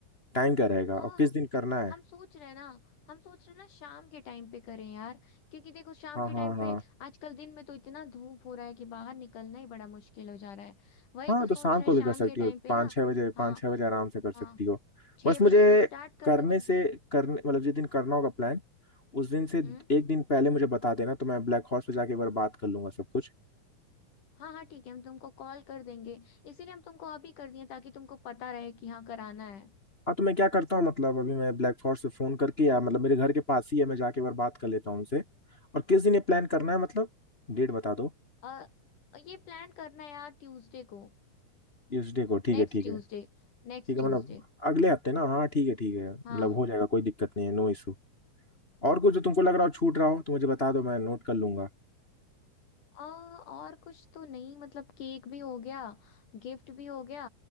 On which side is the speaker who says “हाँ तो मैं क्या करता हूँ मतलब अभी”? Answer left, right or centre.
Left